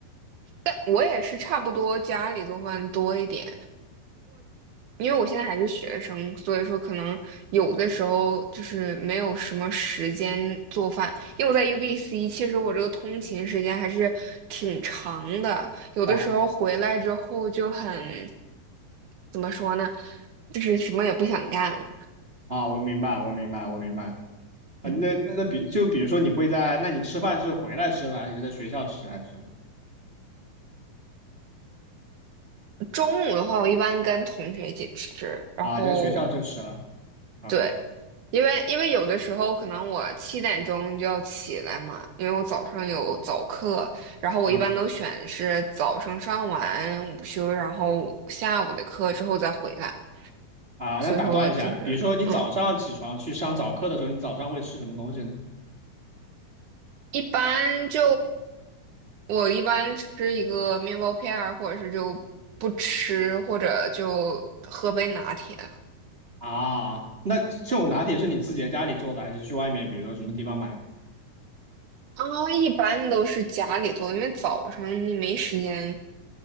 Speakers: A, on the right; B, on the right.
A: 但我也是差不多家里做饭多一点。因为我现在还是学生，所以说可能有的时候就是没有什么时间做饭。因为我在 UBC，其实我这个通勤时间还是挺长的，有的时候回来之后就很，
B: 哇，
A: 怎么说呢，就是什么也不想干了。
B: 啊，我明白，我明白，我明白。啊，
A: 嗯，
B: 那那那比就比如说你会在，那你吃饭是回来吃饭，还是在学校吃，还是什么？
A: 中午的话，我一般跟同学一起吃，然后
B: 啊，就在学校就吃了。OK，
A: 对。因为因为有的时候可能我七点钟就要起来嘛，因为我早上有早课，然后我一般都选是早上上完午休，
B: 嗯，
A: 然后下午的课之后再回来，
B: 啊，
A: 所以说就是嗯，
B: 那打断一下，比如说你早上起床去上早课的时候，你早上会吃什么东西呢？
A: 一般就我一般吃一个面包片儿，或者是就不吃，或者就喝杯拿铁了。
B: 啊，那这种拿铁是你自己在家里做的，还是去外面，比如说什么地方买？
A: 啊，一般都是家里做，因为早上你没时间